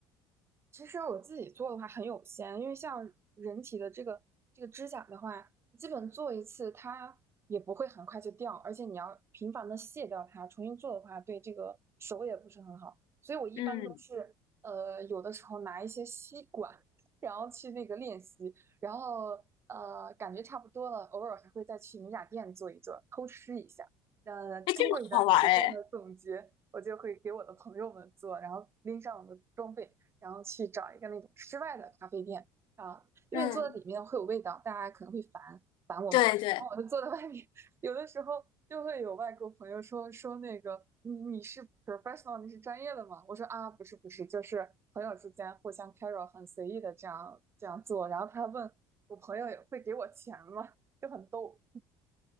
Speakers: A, on the right; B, on the left.
A: 其实我自己做的话很有限，因为像人体的这个这个指甲的话，基本做一次它也不会很快就掉，而且你要频繁的卸掉它，重新做的话对这个手也不是很好。所以我一般都是呃有的时候拿一些吸管，
B: 嗯，
A: 然后去那个练习，然后呃感觉差不多了，偶尔还会再去美甲店做一做，偷吃一下。呃，
B: 哎，
A: 经过一段时间的总结，
B: 这个好玩儿哎。
A: 我就会给我的朋友们做，然后拎上我的装备。然后去找一个那种室外的咖啡店啊，因为坐在里面会有味道，
B: 嗯，
A: 大家可能会烦烦我们，
B: 对对，
A: 然后我就坐在外面，有的时候就会有外国朋友说说那个你你是 professional，你是专业的吗？我说啊不是不是，就是朋友之间互相 carry 很随意的这样这样做，然后他问我朋友会给我钱吗？就很逗。